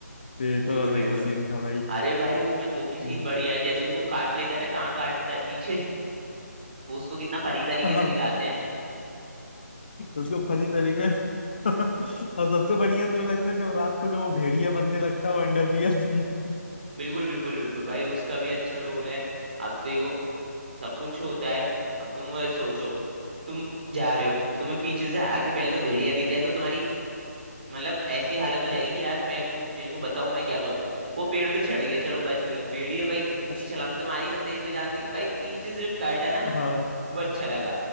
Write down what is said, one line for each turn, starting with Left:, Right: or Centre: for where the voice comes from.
Left: ये तो
Right: बिल्कुल
Left: अलग
Right: बिल्कुल
Left: ही सीन था भाई
Right: अरे भाई उसमें वो भी सीन
Left: हाँ
Right: बढ़िया है जैसे उसको काट लेता है ना कहाँ काटता है पीछे <laughs> वो उसको कितना फनी तरीके
Left: हाँ,
Right: से दिखाते हैं
Left: उसको फनी तरीके और सबसे बढ़िया तो ये लगता है जब रात को जब वो भेड़िया बनने लगता है वो अंडरवियर बनने
Right: बिल्कुल बिल्कुल बिल्कुल भाई उसका भी अच्छा रोल है अब देखो सब कुछ होता है अब तुम सोचो तुम जा रहे हो तुम्हें पीछे से आके पहले तो भेड़िया दिख जाए तो तुम्हारी मतलब ऐसी हालत हो जाएगी
Left: लगता
Right: कि यार मेरे को मेरे को बताओ मैं क्या करूं वो पेड़ पे चढ़ गया चलो बच गया भेड़िया भाई ऊंची
Left: है।
Right: छलांग तो मार ही सकते ये तो जानती है भाई पीछे से जो कट है ना
Left: हाँ
Right: वो अच्छा लगा